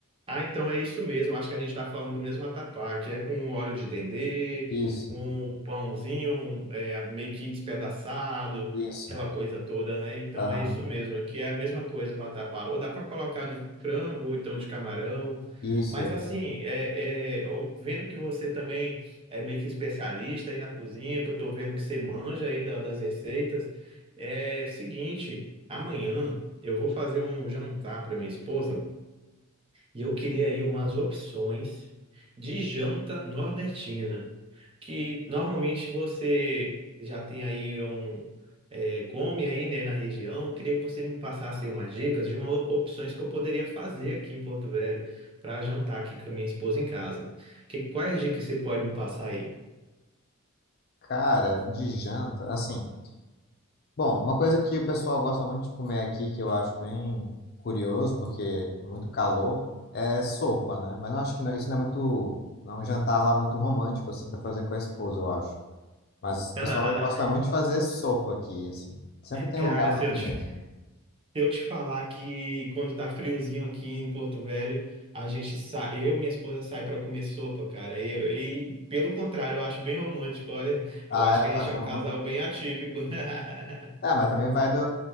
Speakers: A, on the right; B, on the left.
A: Ah, então é isso mesmo. Acho que a gente está falando do mesmo vatapá, que é com óleo de dendê,
B: Isso,
A: com um pãozinho um, é, meio que despedaçado,
B: isso,
A: aquela coisa toda, né? Então
B: aham,
A: é isso mesmo, que é a mesma coisa o vatapá. Ou dá para colocar de frango, ou então de camarão.
B: isso,
A: Mas
B: isso.
A: assim, é, é, eu vendo que você também é meio que especialista aí na cozinha, que eu estou vendo que você manja aí da- das receitas, é seguinte, amanhã eu vou fazer um jantar para minha esposa. E eu queria aí umas opções de janta nordestina, que normalmente você já tem aí um é, come aí, né, na região. Eu Queria que você me passasse aí umas dicas de uma, opções que eu poderia fazer aqui em Porto Velho para jantar aqui com a minha esposa em casa. Que, quais dicas você pode me passar aí?
B: Cara, de janta, assim, Bom, uma coisa que o pessoal gosta muito de comer aqui, que eu acho bem curioso, porque é muito calor, é sopa, né? Mas eu acho que não- isso não é muito, não é um jantar lá muito romântico, assim, para fazer com a esposa, eu acho. Mas o
A: <laughs>
B: pessoal gosta muito de fazer sopa aqui, assim. Sempre tem
A: Cara,
B: lugar para
A: se
B: comer.
A: eu te Se eu te falar que quando tá friozinho aqui em Porto Velho, a gente sai, eu e minha esposa sai para comer sopa, cara. Eu- E, pelo contrário, eu acho bem romântico. Olha,
B: Ah,
A: eu acho que
B: é, tu
A: a gente
B: acha
A: é um
B: romântico?
A: casal bem atípico. <laughs>
B: É, mas também vai do,